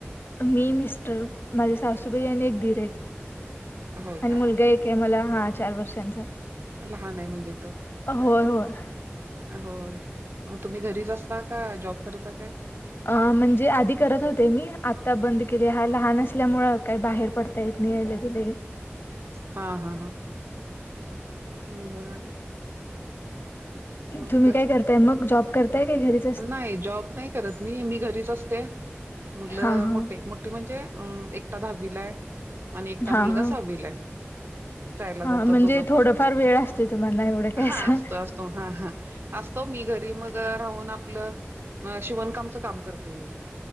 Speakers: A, on the left; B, on the right.
A: मी, मिस्टर माझ्या सासूबाई आणि एक दीर आहेत.
B: होय
A: आणि
B: का
A: मुलगा एक आहे मला, हा चार वर्षांचा.
B: लहान आहे म्हणजे तो?
A: होय, होय.
B: होय, तुम्ही घरीच असता का जॉब करता काय?
A: अ, म्हणजे आधी करत होते मी, आता बंद केलीया हा लहान असल्यामुळं काही बाहेर पडता येत नाही. लगे-लगे.
B: हा, हा, हा. बर मग
A: तुम्ही काय करता? ते मग जॉब करताय काय घरीचं?
B: नाही जॉब नाही करत मी, मी घरीच असते, मुलं
A: हा हा.
B: मोठे आहेत. मोठी म्हणजे अं एकटा दहावीला हाय आणि एकटा
A: हा
B: मुलगा
A: हा.
B: सहावीला हाय. शाळेला
A: हा
B: जातात
A: म्हणजे
B: दोघं
A: थोडंफार
B: पण,
A: वेळ असते तुम्हाला एवढं काय
B: हा
A: असं
B: असतो, असतो हा, हा असतो मी घरी मग राहून आपलं, शिवणकामच काम करते मी.